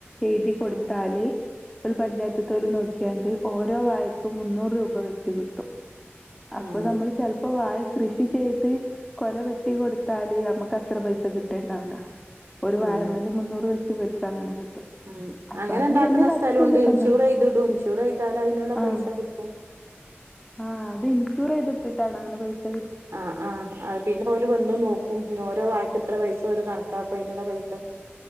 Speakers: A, in the centre; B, on the right.
A: എഴുതി കൊടുത്താല്
B: ഉം
A: ഫുൾ പഞ്ചായത്ത്ത്തോല് നോക്കിയാണ്ട് ഓരോ വാഴക്കും മുന്നൂറ് രൂപ വെച്ച് കിട്ടും അപ്പം
B: ഉം
A: ഞമ്മള് ചെല്പ്പം വാഴകൃഷി ചെയ് ത് കൊല വെട്ടി കൊട്ത്താല് അമ്മക്കത്ര പൈസ കിട്ടേണ്ടാവൂല്ല ഒരു
B: ഉം
A: വാഴമ്മല് മുന്നൂറ് വെച്ച് ഇവര്ക്കങ്ങനെ കിട്ടും
B: ഉം
A: അപ്പൊ
B: അങ്ങനെ
A: അവിടെ
B: ഇണ്ടാക്ക്ണ
A: വല്യ നഷ്ടല്ല
B: സ്ഥലുണ്ട് ഇൻഷൂറെയ്ത്ടും
A: തോന്ന്ണ്.
B: ഇൻഷൂറെയ്താല് അയിന്ള്ള
A: ആഹ്
B: പൈസ കിട്ടും
A: ആഹ് അത് ഇൻഷൂറെയ്ത്ട്ട്ട്ടാണോ അങ്ങനെ പൈസ കി
B: ആഹ് ആഹ് അഹ് പിന്നെ ഓല് വന്ന് നോക്കും നോരോ വാഴക്ക് ഇത്ര പൈസ ഓര് കണക്കാക്കും അയിനുള്ള പൈസ ക്കും